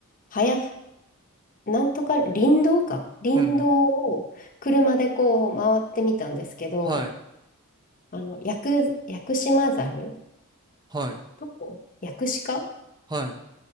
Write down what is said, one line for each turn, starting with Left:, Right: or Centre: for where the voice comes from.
Left: はや、なんとか林道か。林道を車でこう回ってみたんですけど、
Right: うんうん。はい。
Left: あの、屋久、屋久島ザル
Right: はい。
Left: と屋久鹿っ
Right: はい。